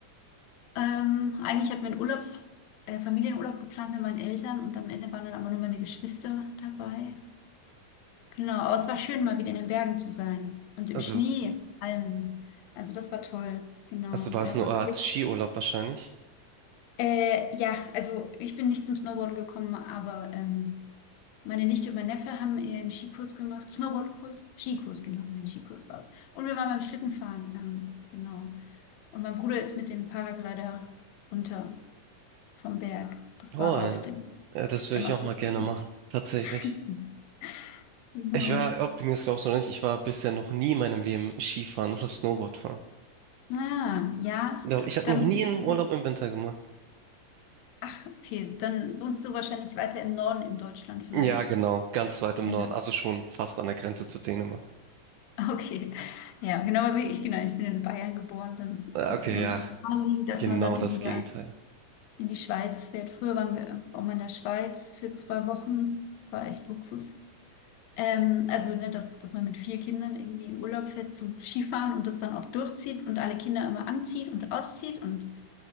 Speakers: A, on the left (about 85°); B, on the right (about 80°).
A: Ähm, eigentlich hatten wir einen Urlaubs, äh, Familienurlaub geplant mit meinen Eltern und am Ende waren dann aber nur meine Geschwister dabei. Genau, aber es war schön, mal wieder in den Bergen zu sein und im
B: Also,
A: Schnee vor allem. Also das war toll, genau.
B: also war
A: Wir
B: es
A: hatten
B: eine
A: noch.
B: Art Skiurlaub wahrscheinlich?
A: Äh, ja, also ich bin nicht zum Snowboarden gekommen, aber ähm, meine Nichte und mein Neffe haben einen Skikurs gemacht. Snowboardkurs? Skikurs, genau, mein Skikurs war's. Und wir waren beim Schlittenfahren, ähm, genau. Und mein Bruder ist mit dem Paraglider runter vom Berg. Das
B: Oh,
A: war aufregend.
B: äh, das würde
A: Der
B: ich
A: macht
B: auch mal
A: das
B: gerne
A: immer.
B: machen, tatsächlich.
A: <laughs> Genau.
B: Ich war, ob du mir das glaubst oder nicht, ich war bisher noch nie in meinem Leben Skifahren oder Snowboard fahren.
A: Ah, ja,
B: Doch,
A: d-
B: ich habe
A: dann
B: noch nie
A: bist
B: einen
A: du,
B: Urlaub im Winter gemacht.
A: ach, okay, dann wohnst du wahrscheinlich weiter im Norden in Deutschland vielleicht.
B: Ja, genau, ganz weit im
A: Ja.
B: Norden, also schon fast an der Grenze zu Dänemark.
A: <laughs> Okay, ja, genau, aber wie ich, genau, ich bin in Bayern geboren, dann ist
B: Äh,
A: das
B: Okay,
A: immer
B: ja,
A: so naheliegend, dass
B: genau
A: man dann irgendwie
B: das Gegenteil.
A: da in die Schweiz fährt. Früher waren wir auch mal in der Schweiz für zwei Wochen, das war echt Luxus. Ähm, also, ne, dass, dass man mit vier Kindern irgendwie in Urlaub fährt zum Skifahren und das dann auch durchzieht und alle Kinder immer anzieht und auszieht und